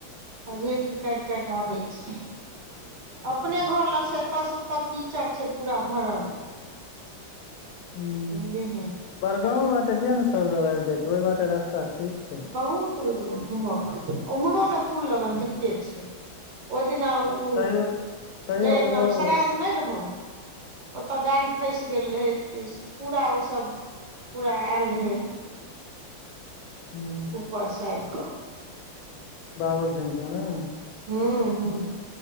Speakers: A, on the right (about 65°); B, on the left (about 80°).
A: आझेती काटि काटि आबै छै अपने घर लग स एतऽ स ओतऽ कीचड़ छै पूरा भरल।
B: हूँ
A: बुझलिही
B: बड़गांव बाटे किया नै सर सब आबि जाय छौ ओई बाटे रास्ता ठीक छै।
A: बहुतू घूमऽ पड़तै उम्हरो न पुल लगन दिकते छै। ओहि दिना ऊ
B: तैयो तैयो
A: जय अंगनामे
B: ओ
A: श्राद्ध नै रहौ ओतऽ गाड़ी फसि गेल रहै। केशव पूरा ओ सब पूरा आयल रहय।
B: हूँ
A: ऊपरसँ आइब कऽ
B: बाबुल सिंह सँ ने
A: हूं हूं